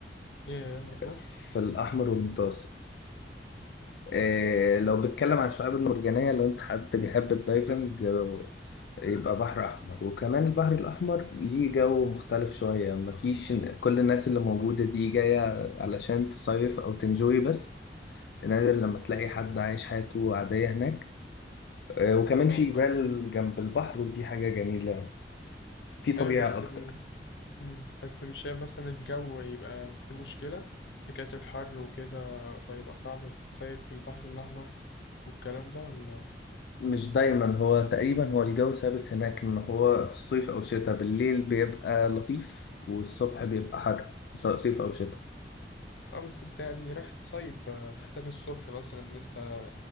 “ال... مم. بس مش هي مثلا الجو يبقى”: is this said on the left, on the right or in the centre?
Left